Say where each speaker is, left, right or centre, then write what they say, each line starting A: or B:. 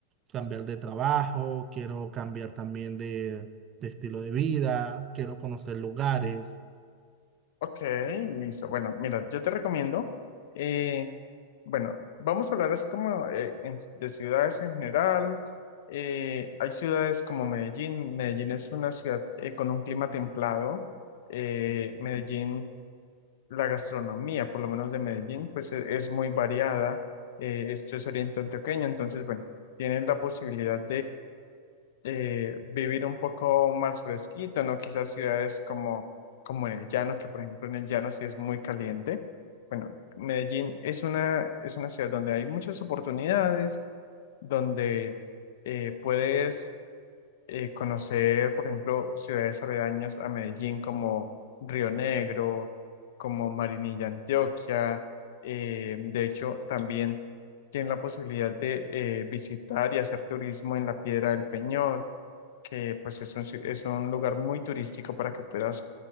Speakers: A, on the right; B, on the left.
A: cambiar de trabajo, quiero cambiar también de, de estilo de vida, quiero conocer lugares.
B: Ok, listo. Bueno, mira, yo te recomiendo, eh, bueno, vamos a hablar así como eh, en- de ciudades en general. Eh, hay ciudades como Medellín. Medellín es una ciudad eh, con un clima templado. Eh, Medellín, la gastronomía, por lo menos de Medellín, pues e- es muy variada. Eh, esto es oriente antioqueño, entonces, bueno, tienes la posibilidad eh, vivir un poco más fresquito, ¿no? Quizás ciudades como, como en el llano, que por ejemplo en el llano sí es muy caliente. Bueno, Medellín es una, es una ciudad donde hay muchas oportunidades, donde eh, puedes eh, conocer, por ejemplo, ciudades aledañas a Medellín como Río Negro, como Marinilla, Antioquia. Eh, de hecho, también tienes la posibilidad de eh, visitar y hacer turismo en la Piedra del Peñol que pues es un, si- es un lugar muy turístico para que puedas